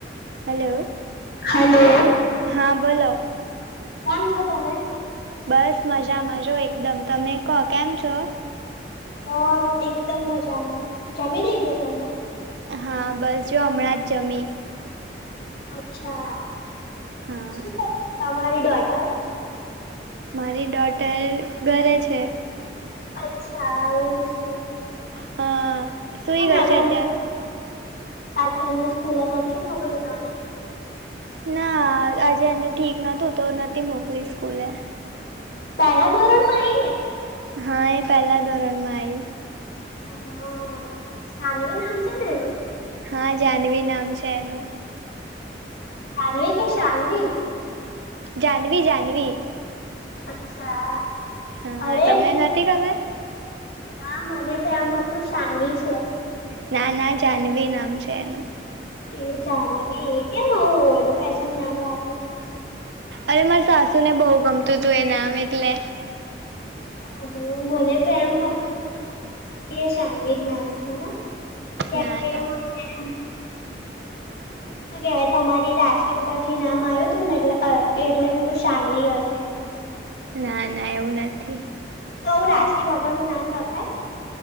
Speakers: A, on the right; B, on the left.
A: હેલો
B: હલો
A: હા બોલો.
B: કેમ છો તમે?
A: બસ મજામાં જો એકદમ. તમે કો કેમ છો?
B: બસ એકદમ મજામાં. જમી લીધું તમે?
A: હા બસ જો હમણાં જ જમી.
B: અચ્છા.
A: હા.
B: શું કરે તમારી ડોટર?
A: મારી ડોટર ઘરે છે.
B: અચ્છા એવુ છે.
A: હા સુઈ
B: કેમ
A: ગઈ
B: આજે
A: છે અત્યારે.
B: આજે એમને સ્કૂલે નથી મોકલી તમે?
A: ના આજે એને ઠીક નતું તો નથી મોકલી સ્કૂલે.
B: પેલા ધોરણમાં આવીય ને
A: હા એ પેલા ધોરણ માં આય
B: હ સાનવી નામ છે એનુ
A: હા જાહનવી નામ છે એનું
B: જાનવી કે સાનવી
A: જાનવી જાનવી
B: અચ્છા
A: હા
B: અરે
A: તમને નથી ખબર
B: ના મને તો એમ હતું સાનવી છે
A: ના ના જનવી નામ છે એનું
B: કે જાનવી એ કેમ આવું ઓલ્ડ ફેશન નામ રાખ્યું
A: અરે માર સાસુ ને બહુ ગમતું હતું એ નામ એટલે
B: હ હ મને તો એમ કે સાનવીજ નામ છે કે
A: ના
B: હે
A: ના
B: હ શું કેવાય તમારી રાશિ ઉપરથી નામ આવ્યું હતું ને એલે એટલે મે સાનવી હશે
A: ના ના એવું નથી
B: તો રાશિ ભગવાન નું નામ રખાય